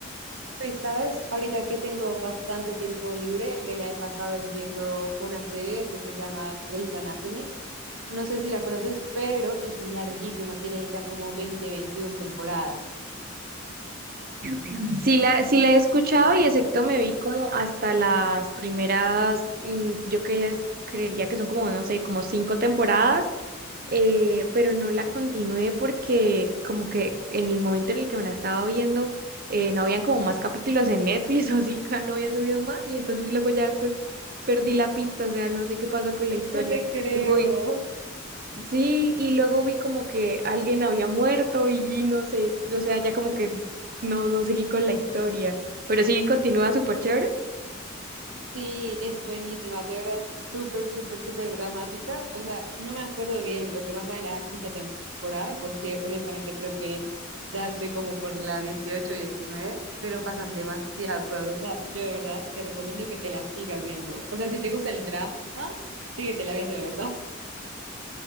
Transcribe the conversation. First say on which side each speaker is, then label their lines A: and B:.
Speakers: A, on the right; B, on the right.
A: Y sabes, ahorita que tengo bastante tiempo libre, me la he pasado viendo una serie que se llama Grey's Anatomy. No sé si la conoces, pero es larguísima, tiene ya como 20, 21 temporadas.
B: Ujú. Sí la, sí la he escuchado y excepto me vi como hasta las primeras, mm, yo que es- creería que son como, no sé, como cinco temporadas, eh, pero no la continué porque como que en el momento en el que me la estaba viendo, eh, no habían como más capítulos en Netflix <laughs> o así, no habían subido más y entonces luego ya después perdí la pista, o sea, no sé qué pasó con la historia.
A: No te creo.
B: Luego vi Sí, y luego vi como que alguien había muerto y, y no sé, o sea, ya como que no, no seguí con la historia, pero sí continúa súper chévere.
A: Sí, es buenísima, de verdad, súper, súper, súper dramática. O sea, no me acuerdo bien lo que pasa en la quinta temporada, porque honestamente creo que ya estoy como por la 18, 19, pero pasan demasiadas cosas. O sea, yo de verdad te recomiendo que te la sigas viendo. O sea, si te gusta el drama, síguetela viendo, de verdad. <laughs>